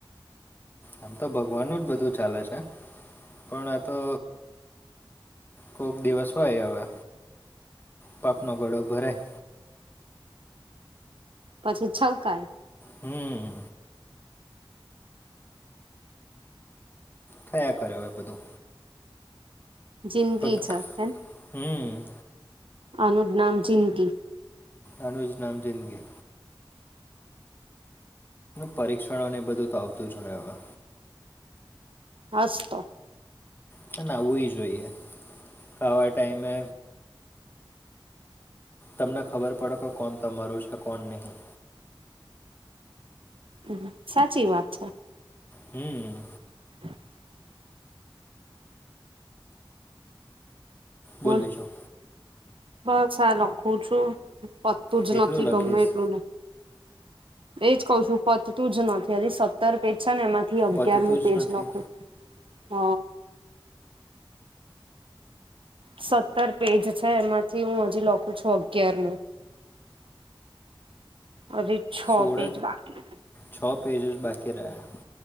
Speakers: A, on the left (about 25°); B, on the right (about 85°).
A: આમ તો ભગવાનું જ બધું ચાલે છે પણ આ તો કોક દિવસ હોય હવે પાપનો ઘડો ભરાય.
B: પછી છલકાય.
A: હમ્મ થયા કરે હવે બધુ
B: જિંદગી
A: પણ
B: છે હે
A: હમ
B: આનુંજ નામ જિંદગી
A: આનુંજ નામ જિંદગી. પરીક્ષણોને એ બધું તો આવતું જ હોય હવે
B: હાસ તો
A: છે ના આવું જોઈએ ખાવા ટાઈમે તમને ખબર પડે કે કોણ તમારું છે કોણ નહી.
B: હમ સાચી વાત છે.
A: હમ
B: <inaudible>
A: બોલ
B: હ
A: બીજું
B: બસ આ લખું છુ. પત્તું જ
A: કેટલું
B: નથી
A: લખીશ
B: ગમે એટલું લુ એજ કઉ છું પત તું જ નથી હજી સત સત્તર પેજ છે ને એમાંથી અગિયાર
A: પતતું
B: નું
A: જ
B: પેજ
A: નથી
B: લખું હ સત્તર પેજ છે એમાંથી હું હજી લખું છું અગિયાર નું અલી છો
A: સોળ
B: પેજ બાકી.
A: છ પેજ અજ બાકી રહ્યા